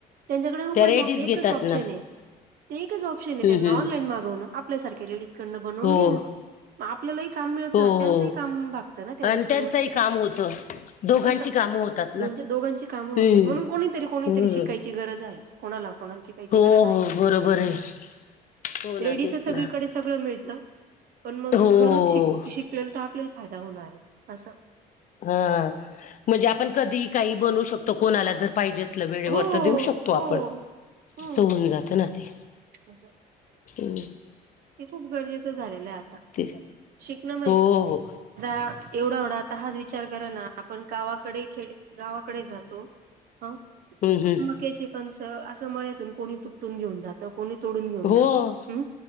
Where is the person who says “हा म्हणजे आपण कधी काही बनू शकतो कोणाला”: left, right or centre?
Left